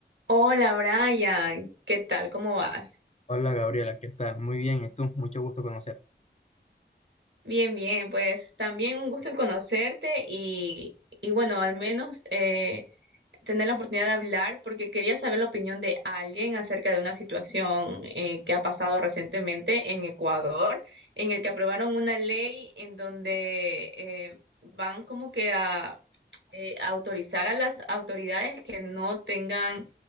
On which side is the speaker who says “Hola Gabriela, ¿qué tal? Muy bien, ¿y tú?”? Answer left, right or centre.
Left